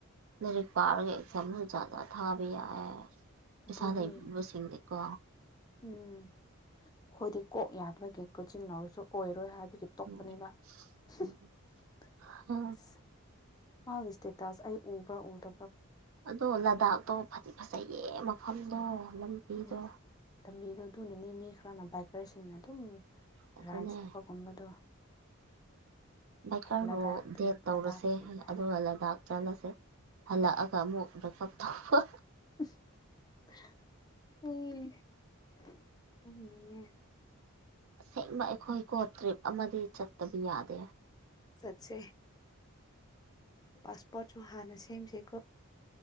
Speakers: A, on the right; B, on the left.
A: ꯂꯥꯔꯤꯛ ꯄꯥꯔꯒ ꯑꯦꯛꯖꯥꯝ ꯅꯨꯡꯖꯥꯝ ꯊꯥꯕ ꯌꯥꯢꯌꯦ ꯄꯩꯁꯥ
B: ꯑꯗꯨꯅꯤ
A: ꯂꯩꯕꯁꯤꯡꯗꯤꯀꯣ
B: ꯎꯝ ꯈꯣꯏꯗꯤ ꯀꯣꯛ ꯌꯥꯗꯕꯒꯤ ꯀꯣꯆꯤꯡ ꯂꯧꯔꯁꯨ ꯑꯣꯏꯔꯣꯏ ꯍꯥꯏꯕ ꯗꯨꯒꯤ ꯇꯣꯛꯄꯅꯦꯗ
A: ꯎꯝ
B: <unintelligible>
A: ꯎꯝ ꯍ
B: ꯃꯥ ꯁ꯭ꯇꯦꯇꯁ ꯑꯩ ꯎꯕ꯭ꯔꯥ ꯎꯗ
A: ꯑꯗꯣ ꯂꯗꯥꯛꯇꯣ ꯐꯗꯤ ꯐꯖꯩꯌꯦ ꯃꯐꯝꯗꯣ ꯂꯝꯕꯤꯗꯣ
B: ꯑꯗꯨꯅꯤ ꯂꯝꯕꯤꯗꯣ ꯑꯗꯨꯅꯅꯤ ꯃꯤ ꯈꯔꯅ ꯕꯥꯏꯛꯀꯔꯁꯤꯡꯅ ꯑꯗꯨꯝ
A: ꯑꯗꯨꯅꯦ
B: ꯔꯥꯏꯠ ꯆꯠꯄꯒꯨꯝꯕꯗꯣ
A: ꯕꯥꯏꯀꯔꯕꯨ
B: ꯂꯗꯥꯛ ꯇ꯭ꯔꯤꯞ
A: ꯗꯦꯠ ꯇꯧꯔꯁꯦ
B: ꯂꯗꯥꯛ ꯇ꯭ꯔꯤꯞ ꯍꯥꯏꯅ
A: ꯑꯗꯨꯒ ꯂꯗꯥꯛ ꯆꯠꯂꯁꯦ ꯍꯜꯂꯛꯑꯒ ꯑꯃꯨꯛ ꯕ꯭ꯔꯦꯛꯀꯞ ꯇꯧꯕ
B: <unintelligible>
A: ꯑꯁꯦꯡꯕ ꯑꯩꯈꯣꯏ ꯀꯣ ꯇ꯭ꯔꯤꯞ ꯑꯃꯗꯤ ꯆꯠꯇꯕ ꯌꯥꯗꯦ
B: ꯆꯠꯁꯦ ꯄꯥꯁꯄꯣꯠꯁꯨ ꯍꯥꯥꯟꯅ ꯁꯦꯝꯁꯤ